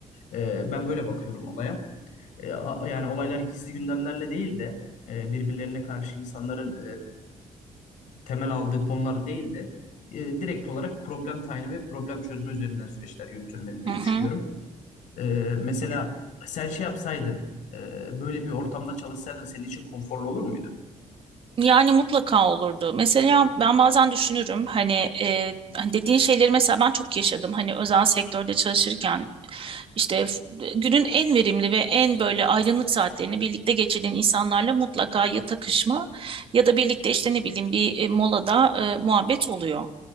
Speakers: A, on the left (about 85°); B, on the right (about 45°).
A: Ee, ben böyle bakıyorum olaya. Ee, a- yani olaylar gizli gündemlerle değil de e, birbirlerine karşı insanların e, temel aldığı konular değil de e, direkt olarak problem tayini ve problem çözme üzerinden süreçler yürütülmeli diye
B: hı hı.
A: düşünüyorum. Ee, mesela sen şey yapsaydın, e, böyle bir ortamda çalışsaydın senin için konforlu olur muydu?
B: Yani mutlaka olurdu. Mesela ben bazen düşünürüm hani, e, hani dediğin şeyleri mesela ben çok yaşadım. Hani özel sektörde çalışırken işte f- günün en verimli ve en böyle aydınlık saatlerini birlikte geçirdiğin insanlarla mutlaka ya takışma ya da birlikte işte ne bileyim bir e, molada e, muhabbet oluyor.